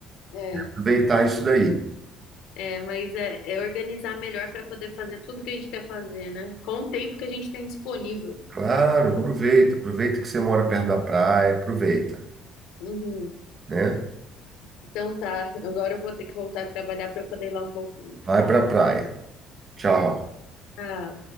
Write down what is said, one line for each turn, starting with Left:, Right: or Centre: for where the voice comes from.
Left: É,
Right: aproveitar isso daí
Left: É, mas é, é organizar melhor para poder fazer tudo que a gente quer fazer, né? Com o tempo que a gente tem disponível.
Right: Claro, aproveita. Aproveita que você mora perto da praia, aproveita,
Left: Uhum.
Right: né?
Left: Então tá, agora eu vou ter que voltar a trabalhar para eu poder ir lá um pouquinho.
Right: Vai pra praia. Tchau.
Left: Ah.